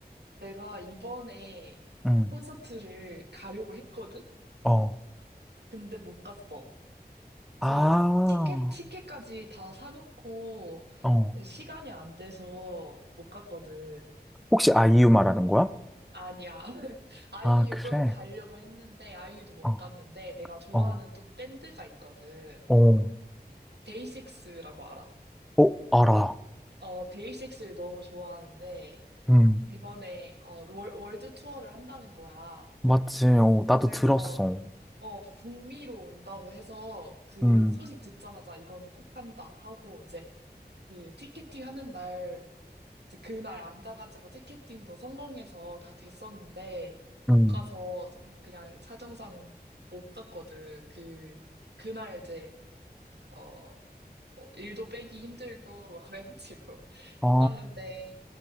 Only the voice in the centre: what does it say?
응.
어.
아,
어.
혹시 아 이유 말하는 거야?
아, 그래.
어,
어,
어,
어, 알아.
음,
맞지. 어, 나도
들었어.
음,
음.
아,